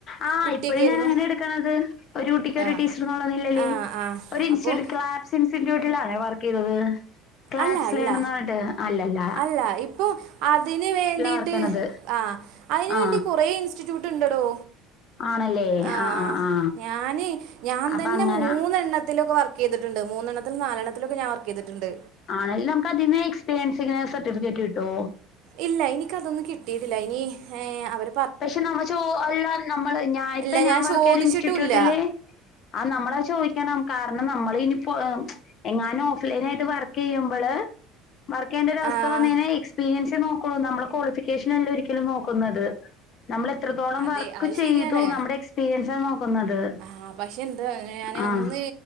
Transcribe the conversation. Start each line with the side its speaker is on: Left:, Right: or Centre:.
Left: ആ
Right: കുട്ടിയൊക്കെ
Left: ഇപ്പോഴും
Right: ആയിരുന്നു
Left: ഞാൻ അങ്ങനെ എടുക്കണത് ഒരു കുട്ടി ക്കൊരു
Right: ആ
Left: ടീച്ചർന്നുള്ള നിലേൽ
Right: ആ ആ
Left: ഒര് ഇച്ചിരി
Right: അപ്പോൾ
Left: ക്ലാപ്സ് സ്റ്റിട്യൂടിലാണോ വർക്ക് ചെയ്തത് ക്ലാബ്സിലേണന്ന്റഞ്ഞിട്ട്
Right: അല്ല അല്ല
Left: അല്ലല്ലാ
Right: അല്ല ഇപ്പൊ അതിന് വേണ്ടീട്ട്
Left: വർക്ക് ചെയ്യണത്
Right: ആ അയിനുവേണ്ടി
Left: ആ
Right: കൊറെേ ഇൻസ്റ്റിറ്റ്യൂട്ട് ഉണ്ടടോ
Left: ആണല്ലേ
Right: ആഹ്
Left: ആ ആ ആ
Right: ഞാന് ഞാൻ
Left: അപ്പൊ
Right: തന്നെ
Left: അങ്ങനെ
Right: മൂന്നെണ്ണത്തിലൊക്കെ വർക്ക് ചെയ്തിട്ട്ണ്ട് മൂന്നെണ്ണത്തിലും നാലെണ്ണത്തിലൊക്കെ ഞാൻ വർക്കെയ്തിട്ട്ണ്ട്
Left: ആണല്ലാ നമക്ക് അതീന്ന് എക്സ്പീരിയൻസി ഇങ്ങനെ സർട്ടിഫിക്കാറ്റ് കിട്ടോ
Right: ഇല്ല എനിക്കതൊന്നും കിട്ടിയിട്ടില്ല ഇനി ഹേ അവർ
Left: പക്ഷെ നമ്മോ ചോ അല്ല നമ്മള് ഞാൻ ഇപ്പഞാൻ
Right: ഇല്ല ഞാൻ
Left: വർക്കെയ്യ്ണ
Right: ചോദിച്ചിട്ടുല്ല
Left: ഇൻസ്റ്റിറ്റ്യൂട്ടില് ആ നമ്മള്ളഹ് ചോയിക്കണം കാരണം നമ്മൾ ഇനിപ്പോ എങ്ങാനും ഓഫ്ലൈൻ ആയിട്ട് വർക്ക് ചെയ്യുമ്പള് വർക്ക് ചെയ്യേണ്ടൊര അവസ്ഥ
Right: ആഹ്
Left: വന്നെയ്അയിഞ്ഞാല് എക്സ്പീരിയൻസ് നോക് ക്കും നമ്മളെ ക്വാളിഫിക്കേഷൻ അല്ല ഒരിക്കലും നോക്കുന്നത് നമ്മൾ എത്രത്തോളം
Right: അതെ
Left: വർക്ക്
Right: അത്
Left: ചെയ്തു
Right: ശരിയാണ്
Left: നമ്മുടെ എക്സ്പീരിയൻസാ നോക്കുന്നത്
Right: ആ പക്ഷെ എന്താ ഞാന്
Left: ആഹ്
Right: അന്ന്